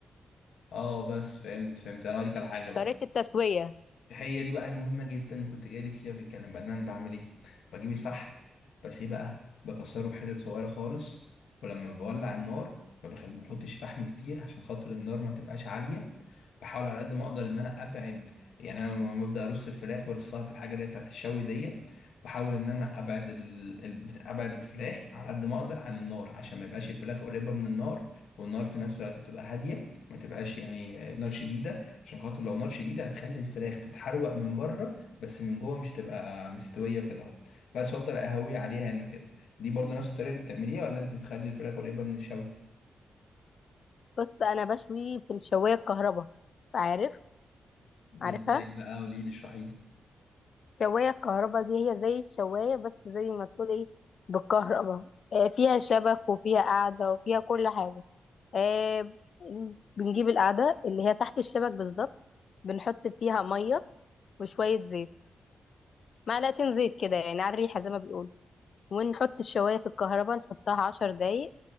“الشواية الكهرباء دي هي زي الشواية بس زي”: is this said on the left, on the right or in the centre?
Left